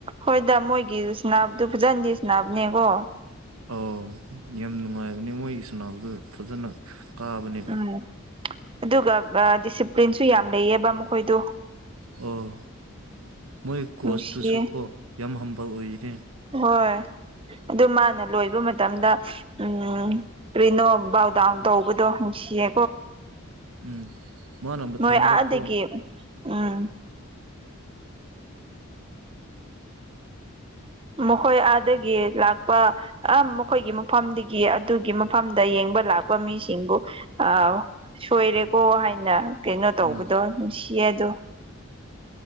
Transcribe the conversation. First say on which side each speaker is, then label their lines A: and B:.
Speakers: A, on the right; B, on the right.
A: ꯍꯣꯏꯗ ꯃꯣꯏꯒꯤꯁꯅꯥꯕꯗꯨ ꯐꯖꯍꯟꯗꯤꯦꯁꯅꯕꯅꯦꯀꯣ
B: ꯑꯣ ꯌꯥꯝ ꯅꯨꯡꯉꯥꯏꯕꯅꯦ ꯃꯣꯏꯒꯤ ꯁꯅꯥꯗꯨꯗꯨ ꯐꯖꯅ ꯀꯥꯕꯅꯦꯕ
A: ꯎꯝ ꯑꯗꯨꯒ ꯗꯤꯁꯤꯄ꯭ꯂꯤꯟꯁꯨ ꯌꯥꯝ ꯂꯩꯑꯕ ꯃꯈꯣꯏꯗꯨ
B: ꯑꯣ ꯃꯣꯏ ꯀꯣꯁꯇꯨꯁꯨ
A: ꯅꯨꯡꯁꯤꯌꯦ
B: ꯀꯣ ꯌꯥꯝ ꯍꯝꯕ ꯑꯣꯏ
A: ꯍꯣꯏ ꯑꯗꯨ ꯃꯥꯅ ꯂꯣꯏꯕ ꯃꯇꯝꯗ ꯎꯝ ꯀꯔꯤꯅꯣ ꯕꯥꯎꯗꯥꯎꯟ ꯇꯧꯕꯗꯣ ꯍꯪꯁꯤꯌꯦ
B: ꯎꯝ ꯃꯥ ꯅꯝꯕ
A: ꯅꯣꯏ
B: ꯊꯟꯗꯛꯀꯣ
A: ꯑꯥꯗꯒꯤ ꯎꯝ ꯃꯈꯣꯏ ꯑꯥꯗꯒꯤ ꯂꯥꯛꯄ ꯑ ꯃꯈꯣꯏꯒꯤ ꯃꯐꯝꯗꯒꯤ ꯑꯗꯨꯒꯤ ꯃꯐꯝꯗ ꯌꯦꯡꯕ ꯂꯥꯛꯄ ꯂꯄ ꯃꯤꯁꯤꯡꯕꯨ ꯑ ꯁꯣꯏꯔꯦꯀꯣ ꯍꯥꯏꯅ ꯀꯩꯅꯣ ꯇꯧꯕꯗꯣ
B: ꯎꯝ
A: ꯅꯨꯡꯁꯤꯌꯦ ꯑꯗꯣ